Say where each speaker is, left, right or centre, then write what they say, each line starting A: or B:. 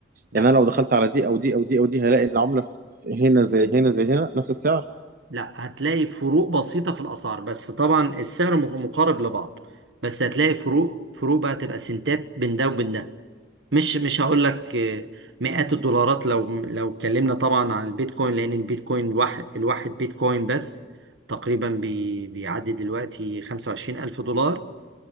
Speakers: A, on the right; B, on the right.
A: لا
B: يعني انا لو دخلت على دي او دي او دي او دي هلاقي العمله في- هنا زي هنا زي هنا نفس السعر
A: لا هتلاقي فروق بسيطه في الاسعار بس طبعا السعر مق- مقارب لبعضه بس هتلاقي فروق فروق بقى تبقى سنتات بين ده وبين ده مش مش هقول لك آه، مئات الدولارات لو لو اتكلمنا طبعا عن البيتكوين لان البيتكوين الواحد الواحد بيتكوين بس تقريبا بي بيعدي دلوقتي 25000 الف دولار